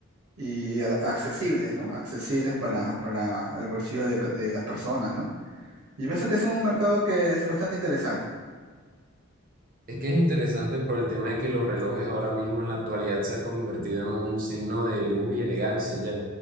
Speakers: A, on the right; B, on the right.
A: y, a- accesibles, ¿no? Accesibles para, para el bolsillo de, ca- de las personas, ¿no? Y yo pienso que es un mercado que es bastante interesante.
B: Es que es interesante por el tema de que los relojes ahora mismo en la actualidad se ha convertido en un signo de lujo y elegancia ya.